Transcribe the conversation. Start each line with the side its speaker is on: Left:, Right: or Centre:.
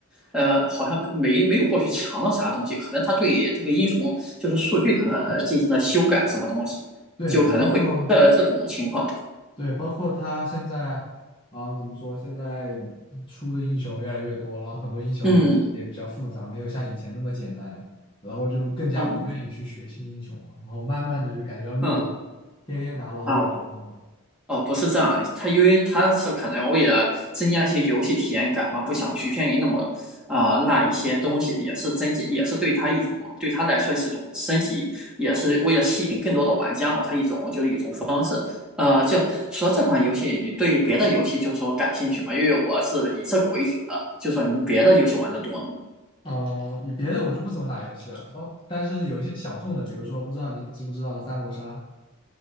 Centre: 呃，好像没没有过去强了啥东西？可能他对这个英雄就是数据可能进行了修改，什么东西，
Left: 对的，
Centre: 就可能会这这种情况，
Left: 包括对，包括他现在啊，怎么说？现在出的英雄越来越多，然后很多英雄也比较复杂，
Centre: 嗯
Left: 没有像以前那么简单，然后就更加不愿意去学新英雄了，
Centre: 嗯
Left: 然后慢慢的就感觉要落伍了，
Centre: 嗯，
Left: 天天拿老九那种。
Centre: 啊哦，不是这样，他因为他是可能为了增加一些游戏体验感嘛，不想局限于那么啊、呃那一些东西，也是增进，也是对他一种对他来说是一种升级，也是为了吸引更多的玩家嘛，他一种就是一种方式。呃，就了这款游戏，你对别的游戏就是说感兴趣嘛？因为我是以这个为主的，就是说你别的游戏玩的多吗？
Left: 嗯，也别的我就不怎么打游戏了，包但是有一些小众的，比如说不知道你知不知道三国杀？